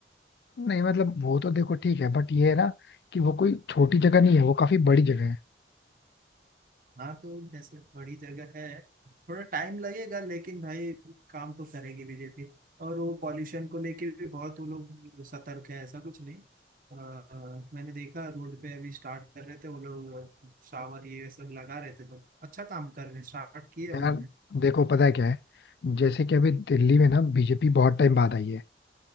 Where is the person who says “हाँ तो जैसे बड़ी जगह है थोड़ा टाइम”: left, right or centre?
Right